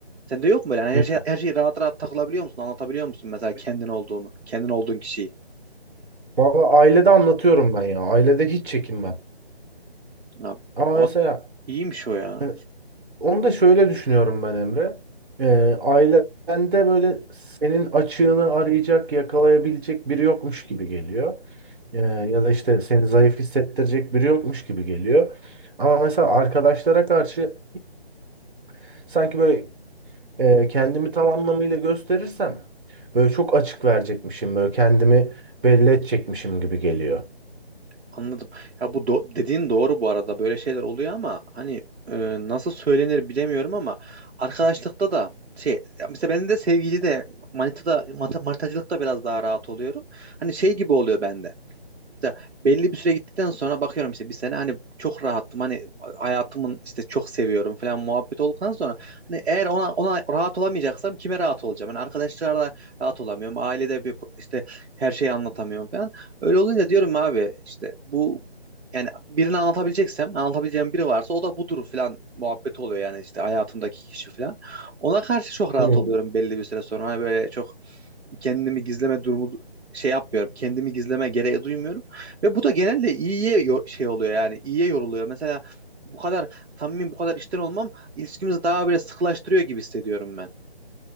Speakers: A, on the right; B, on the right.
A: Sende yok mu böyle? Yani
B: Hı.
A: her şey, her şeyi rahat rahat takılabiliyor musun? Anlatabiliyor musun mesela
B: Tabii.
A: kendin olduğunu, kendin olduğun kişiyi?
B: Valla ailede anlatıyorum ben ya. Ailede hiç çekinmem.
A: Abi,
B: Ama
A: abi
B: mesela
A: iyiymiş o ya.
B: e, Onu da şöyle düşünüyorum ben Emre. Ee, ailende böyle senin açığını arayacak, yakalayabilecek biri yokmuş gibi geliyor. Ee, ya da işte seni zayıf hissettirecek biri yokmuş gibi geliyor. Ama mesela arkadaşlara karşı <clears throat> sanki böyle e, kendimi tam anlamıyla gösterirsem böyle çok açık verecekmişim, böyle kendimi belli edecekmişim gibi geliyor.
A: Anladım. Ya bu do- dediğin doğru bu arada. Böyle şeyler oluyor ama hani e, nasıl söylenir bilemiyorum ama arkadaşlıkta da şey ya mesela ben de sevgili de manitada manita- manitacılıkta biraz daha rahat oluyorum. Hani şey gibi oluyor bende. Ya belli bir süre gittikten sonra bakıyorum işte bir sene hani çok rahattım hani hayatımın işte çok seviyorum falan muhabbet olduktan sonra hani eğer ona ona rahat olamayacaksam kime rahat olacağım? Hani arkadaşlarla rahat olamıyorum. Ailede bir işte her şeyi anlatamıyorum falan. Öyle olunca diyorum abi işte bu yani birini anlatabileceksem anlatabileceğim biri varsa o da budur falan muhabbeti oluyor yani işte hayatımdaki kişi falan. Ona karşı çok rahat
B: Hmm.
A: oluyorum belli bir süre sonra. Hani böyle çok kendimi gizleme durumu şey yapmıyorum. Kendimi gizleme gereği duymuyorum. Ve bu da genelde iyiye yo- şey oluyor yani. iyiye yoruluyor. Mesela bu kadar samimi bu kadar içten olmam ilişkimizi daha böyle sıkılaştırıyor gibi hissediyorum ben.